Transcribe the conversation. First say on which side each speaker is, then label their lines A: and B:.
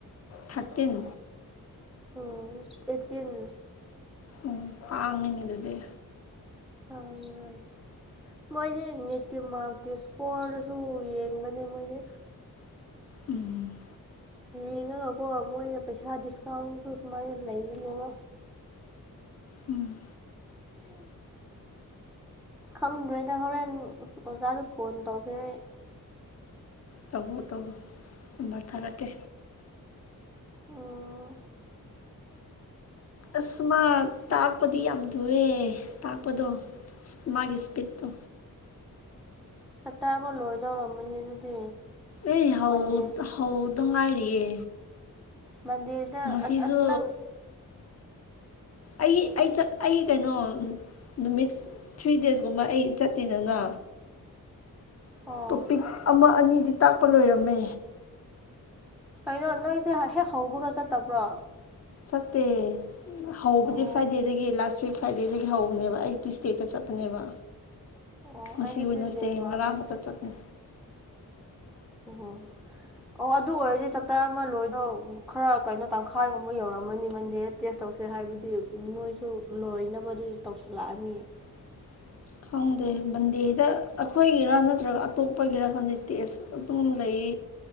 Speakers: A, on the left; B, in the centre.
A: ꯊꯥꯔꯇꯤꯟ
B: ꯑꯣ ꯑꯦ ꯇꯤꯟ
A: ꯎꯝ ꯄꯥꯡꯉꯤꯅꯦ ꯑꯗꯨꯗꯤ
B: ꯇꯥꯡꯉꯅꯤ ꯃꯣꯏꯗꯤ ꯅꯤꯠꯀꯤ ꯃꯥꯔꯛꯀꯤ ꯏꯁꯀꯣꯔꯗꯨꯁꯨ ꯌꯦꯡꯕꯅꯦ ꯃꯣꯏꯗꯤ
A: ꯎꯝ
B: ꯌꯦꯡꯉꯒꯀꯣ ꯃꯣꯏꯅ ꯄꯩꯁꯥ ꯗꯤꯁꯀꯥꯎꯟꯁꯨ ꯁꯨꯃꯥꯏꯅ ꯂꯩꯕꯅꯦꯕ
A: ꯎꯝ
B: ꯈꯪꯗ꯭ꯔꯣꯏꯗ ꯍꯣꯔꯦꯟ ꯑꯣꯖꯥꯗꯨ ꯐꯣꯟ ꯇꯧꯒꯦ ꯑꯩ
A: ꯇꯧꯕꯣ ꯇꯧꯧꯕꯣ ꯑꯗꯨꯕꯔ ꯊꯥꯔꯛꯀꯦ
B: ꯑꯣ
A: ꯑꯁ ꯃꯥ ꯇꯥꯛꯄꯗꯤ ꯌꯥꯝ ꯇꯨꯑꯦ ꯇꯥꯛꯄꯗꯣ ꯃꯥꯒꯤ ꯏꯁꯄꯤꯣ
B: ꯆꯇꯥ ꯑꯃ ꯂꯣꯏꯗꯧꯔꯝꯕꯅꯤ ꯑꯗꯨꯗꯤ
A: ꯑꯦ ꯍꯧ
B: ꯃꯟꯗꯦ
A: ꯍꯧꯗ ꯉꯥꯏꯔꯤꯌꯦ
B: ꯃꯟꯗꯦꯗ
A: ꯉꯁꯤꯁꯨ
B: ꯅꯪ
A: ꯑꯩ ꯑꯩ ꯑꯩ ꯀꯩꯅꯣ ꯅꯨꯃꯤꯠ ꯊ꯭ꯔꯤ ꯗꯦꯖꯀꯨꯝꯕ ꯑꯩ ꯆꯠꯇꯦꯗꯅ
B: ꯑꯣ
A: ꯇꯣꯄꯤꯛ ꯑꯃ ꯑꯅꯤꯗꯤ ꯇꯥꯛꯄ ꯂꯣꯏꯔꯝꯃꯦ
B: ꯀꯩꯅꯣ ꯅꯣꯏꯁꯦ ꯍꯦꯛ ꯍꯧꯕꯒ ꯆꯠꯇꯕ꯭ꯔꯣ
A: ꯁꯠꯇꯦ ꯍꯧꯕꯗꯤ
B: ꯑꯣ
A: ꯐꯥꯏꯗꯦꯗꯒꯤꯗꯒꯤ ꯂ ꯐ꯭ꯔꯤ ꯐ꯭ꯔꯥꯏꯗꯦꯗꯒꯤ ꯍꯧꯕꯅꯦꯕ ꯑꯩ ꯇꯨꯏꯁꯗꯦꯗ ꯆꯠꯄꯅꯦꯕ
B: ꯑꯣ
A: ꯃꯁꯤ
B: ꯑꯩꯗꯤ
A: ꯑꯣꯏꯅꯁ
B: ꯇ꯭ꯌꯨꯁꯗꯦꯗ ꯃꯥꯜꯂꯨꯔꯦ
A: ꯉꯔꯥꯡꯅꯇ ꯆꯠꯃꯤ
B: ꯑꯣ ꯑꯣ ꯑꯗꯨ ꯑꯣꯏꯔꯗꯤ ꯆꯞ ꯆꯔꯥ ꯑꯃ ꯂꯣꯏ ꯑꯗꯣ ꯈꯔ ꯀꯩꯅꯣ ꯇꯪꯈꯥꯏꯒꯨꯝꯕ ꯌꯧꯔꯝꯃꯅꯤ ꯃꯟꯗꯦꯗ ꯇꯦꯁ ꯇꯧꯁꯦ ꯍꯥꯏꯕꯗꯤ ꯅꯣꯏꯁꯨ ꯂꯣꯏꯅꯕꯗꯤ ꯇꯧꯁꯜꯂꯛꯑꯅꯤꯌꯦ
A: <inaudible> ꯈꯪꯗꯦ ꯕꯟꯗꯦꯗ ꯑꯩꯈꯣꯏꯒꯤꯔ ꯅꯠꯇ꯭ꯔꯒ ꯑꯇꯣꯞꯄꯒꯤꯔ ꯈꯪꯗꯦ ꯇꯦꯁ ꯑꯗꯨꯝ ꯂꯩ